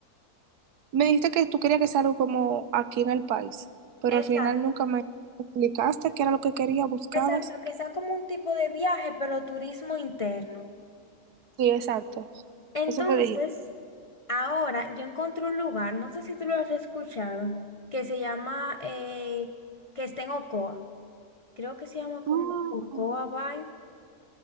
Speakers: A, on the right; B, on the left.
A: me dijiste que tú querías que sea algo como aquí en el país, pero
B: exacto,
A: al final nunca me explicaste qué era lo que querías, buscabas.
B: exacto, que sea como un tipo de viaje, pero turismo interno.
A: Sí, exacto.
B: Entonces,
A: Eso fue dije.
B: ahora yo encontré un lugar, no sé si tú lo has escuchado, que se llama eh, que está en Ocoa. Creo que se llama como
A: Mm.
B: Ocoa Bay.